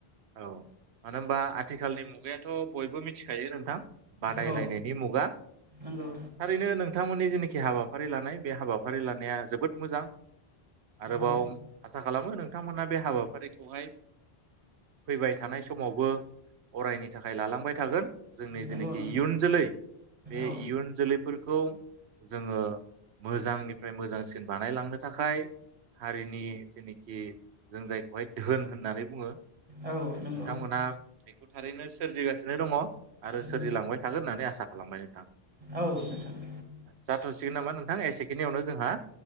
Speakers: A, on the right; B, on the right.
A: औ मानो होमबा आथिखालनि मुगायाथ' बयबो मिथिखायो नोंथां बादायलायनायनि
B: औ
A: मुगा
B: नंगौ
A: थारैनो नोंथांमोननि जेनाखि हाबाफारि लानाय बे हाबा फारि लानाया जोबोद मोजां आरोबाव
B: औ
A: आसा खालामो नोंथांमोनहा बे हाबाफारिखौहाय फैबाय थानाय समावबो अरायनि थाखाय लालांबाय थागोन जोंनि जेनोखि
B: नंगौ नोंथां
A: इयुन जोलै बे
B: औ
A: इयुन जोलैफोरखौ जोङो मोजांनिफ्राय मोजांसिन बानायलांनो थाखाय हारिनि जेनोखि जों जायखौहाय धोन होननानै बुङो नोंथांमोनहा
B: औ नंगौ
A: बेखौ थारैनो सोरजिगासिनो दङ आरो
B: नंगौ
A: सोरजिलांबाय थागोन होननानै आसा खालामबाय नोंथां
B: औ नोंथां
A: जाथ'सिगोन नामा नोंथां एसेखेनियावनो जोंहा